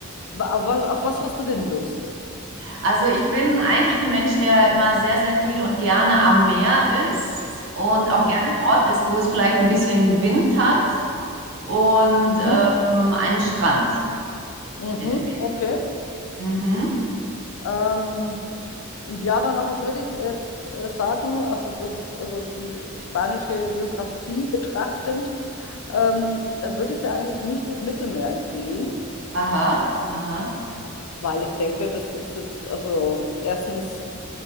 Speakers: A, on the left; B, on the right.
A: wa- auf was, auf was hast du denn Lust?
B: Also ich bin eigentlich ein Mensch, der immer sehr, sehr viel und gerne am Meer ist und
A: Mhm,
B: auch gerne dort ist, wo es vielleicht ein bisschen Wind hat und
A: mhm,
B: ähm, einen Strand
A: mhm,
B: in der Nähe.
A: okay.
B: Mhm.
A: Ähm, ja, dann auch würde ich jetzt äh, sagen, also das, also die spanische Geografie betrachtend, ähm, da würde ich da eigentlich nicht das Mittelmeer empfehlen,
B: Aha, aha.
A: weil ich denke, das ist jetzt, also erstens,